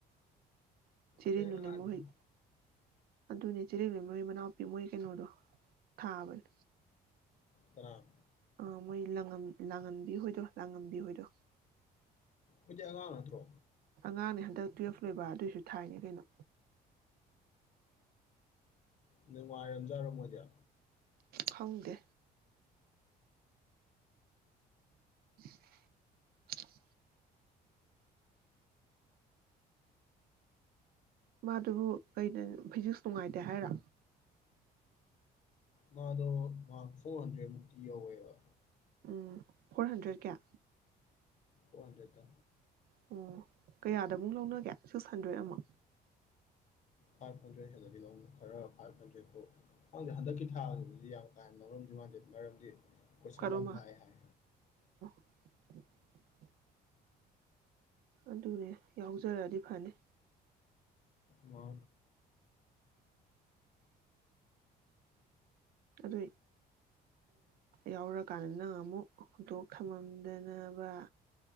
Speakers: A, on the right (about 65°); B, on the left (about 45°).
A: ꯆꯦꯔꯦꯟꯅꯨ
B: ꯇ ꯇꯅꯤ
A: ꯂꯩꯃꯍꯣꯏ ꯑꯗꯨꯅꯦ ꯆꯤꯂꯛꯂ ꯃꯣꯏ ꯃꯅꯥꯎꯄꯤ ꯃꯣꯏ ꯀꯩꯅꯣꯗꯣ ꯊꯥꯕꯅꯦ
B: ꯀꯅꯥ
A: ꯑꯥ ꯃꯣꯏꯥꯡ ꯂꯥꯡꯉꯝꯕꯤ ꯍꯣꯏꯗꯣ ꯂꯥꯡꯉꯝꯕꯤ ꯍꯣꯏꯗꯣ
B: ꯍꯧ ꯑꯉꯥꯡ ꯅꯠꯇ꯭ꯔꯣ
A: ꯑꯉꯥꯡꯅꯦ ꯍꯟꯗꯛ ꯇꯨꯌꯦꯜꯐ ꯂꯣꯏꯕ ꯑꯗꯨꯑꯣꯏꯁꯨ ꯊꯥꯏꯅꯦ ꯀꯩꯅꯣ
B: ꯅꯪ ꯋꯥꯅꯨꯡꯥꯏꯔꯝꯖꯥꯔꯝꯃꯣꯗꯤꯌꯥ
A: ꯈꯪꯗꯦ <inaudible> ꯃꯥꯗꯨꯕꯨ ꯀꯩꯅ ꯐꯤꯖꯤꯛꯁ ꯅꯨꯡꯉꯥꯏꯇꯦ ꯍꯥꯏꯔ
B: ꯃꯥꯗꯣ ꯃꯍꯥꯛ ꯐꯣꯔ ꯍꯟꯗ꯭ꯔꯦꯗ ꯃꯨꯛꯇꯤ ꯌꯧꯋꯦꯕ
A: ꯎꯝ ꯐꯣꯔ ꯍꯟꯗ꯭ꯔꯦꯠ ꯀꯌꯥ
B: ꯋꯥꯗꯗ
A: ꯑꯣ ꯀꯌꯥꯗ ꯑꯃꯨꯛ ꯂꯧꯅꯒꯦ ꯁꯤꯛꯁ ꯍꯟꯗ꯭ꯔꯦꯠ ꯑꯃ
B: ꯐꯥꯏꯚ ꯍꯟꯗ꯭ꯔꯦꯠ ꯍꯦꯜꯂꯗꯤ ꯂꯧꯅ ꯈꯔ ꯐꯥꯏꯚ ꯍꯟꯗ꯭ꯔꯦꯠꯄꯥꯎ ꯍꯪꯗꯦ ꯍꯟꯗꯛꯀꯤ ꯊꯥꯗꯤ ꯌꯥꯝ ꯀꯥꯏꯅ ꯅ ꯂꯧꯔꯝꯗꯣꯏ ꯃꯥꯟꯗꯦ ꯃꯔꯝꯗꯤ ꯎ ꯀꯣꯏꯁꯟ
A: ꯀꯩꯅꯣꯃ
B: ꯌꯥꯝ ꯂꯥꯛꯑꯦ ꯍꯥꯏ
A: <inaudible> ꯑꯗꯨꯅꯦ ꯌꯥꯎꯖꯔꯛꯑꯗꯤ ꯐꯅꯤ
B: ꯋꯥ
A: ꯑꯗꯨ ꯌꯥꯎꯔꯀꯥꯟꯗ ꯅꯪ ꯑꯃꯨꯛ ꯍꯨꯇꯣꯛ ꯊꯝꯃꯝꯗꯅꯕ